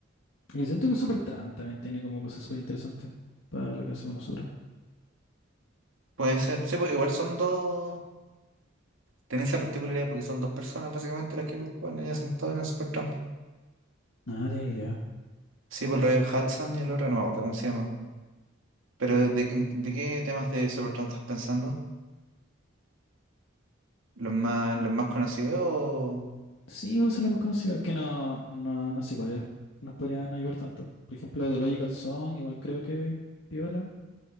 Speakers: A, on the left; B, on the right.
A: Y siento que Supertramp también tiene como cosas súper interesantes para lo que hacemos nosotros.
B: Puede ser. Sí, pues, igual son dos... Tiene esa particularidad porque son dos personas básicamente las que componen, ellas son todas en Supertramp.
A: Nada, no tiene idea.
B: Sí, por el Royal Hudson y el otro no me acuerdo cómo se llaman. Pero ¿de, de- de qué temas de Supertramp estás pensando? ¿Los más, los más conocidos? o-
A: Sí, vos la más conocida, es que no, no, no sé cuáles nos podrían ayudar tanto. Por ejemplo, The Logical Song, igual creo que es piola.